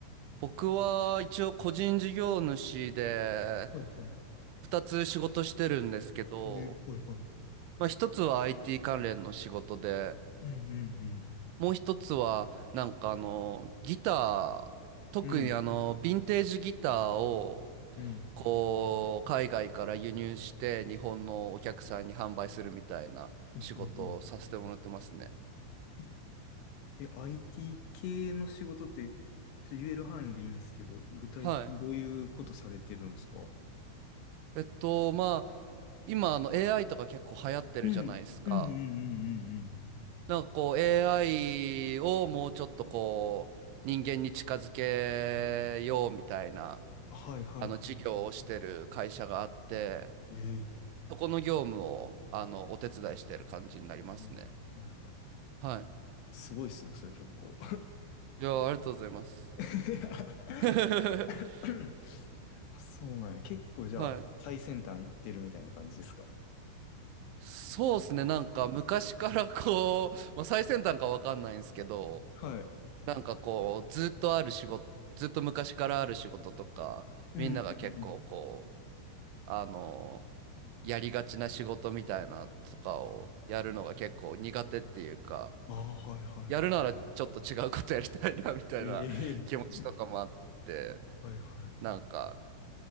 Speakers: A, on the right (about 75°); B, on the left (about 70°).
A: 僕は一応個人事業主で
B: はいは
A: 二つ仕事してるんですけど、
B: い。えー、はいはい。うん
A: まあ1つは IT 関連の仕事で、
B: うん
A: もう一つはなんかあのギター、特にあのヴィンテージギターを
B: うん。うんうん。
A: こう海外から輸入して日本のお客さんに販売するみたいな仕事をさせてもらってますね。
B: えーえ、え IT 系の仕事って、ちょっと言える範囲でいいんですけど、具体的にどういうことされてるんですか
A: はい。えっと、まあ今あの AI とか結構流行ってるじゃないですか。
B: うん、うんうんうんうんうん。
A: なんかこう AI をもうちょっとこう人間に近づけようみたいな
B: はいはいはいはい。
A: あの事業をしてる会社があって
B: えー
A: そこの業務をあのお手伝いしてる感じになりますね。
B: はいはいはいはい。
A: はい。
B: すごいですね、それ結構。
A: いや、ありがとうございます。
B: <laughs>
A: <laughs>
B: <clears throat> あ、そうなんや。結構じゃあ、
A: はい。
B: 最先端行ってるみたいな感じですか <clears throat>
A: そうですね。なんか昔からこう、まあ、最先端かわかんないんですけど、
B: はい。
A: なんかこう、ずっとある仕事、ずっと昔からある仕事とか、
B: うんうんうん。
A: みんなが結構こう、あのやりがちな仕事みたいなとかをやるのが結構苦手っていうか、
B: ああ、はいはいは
A: やるならちょっと違うことやりたいなみたいな気持ちとかもあって、
B: い。ええはいはい。
A: なんか